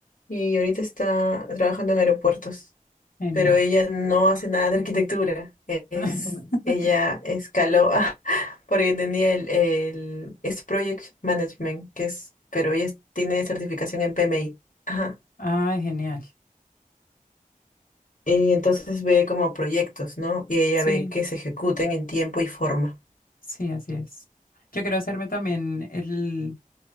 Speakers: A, on the left (about 65°); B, on the left (about 85°).
A: y ahorita está trabajando en aeropuertos,
B: Genial.
A: pero ella no hace nada de arquitectura. e- Es,
B: <laughs>
A: ella escaló <laughs> ah, porque tenía el, el es Project Management, que es, pero ella es- tiene certificación en PMI. Ajá.
B: Ay, genial.
A: Y entonces ve como proyectos, ¿no? Y ella
B: Sí,
A: ve que se ejecuten en tiempo y forma.
B: sí, así es. Yo quiero hacerme también el...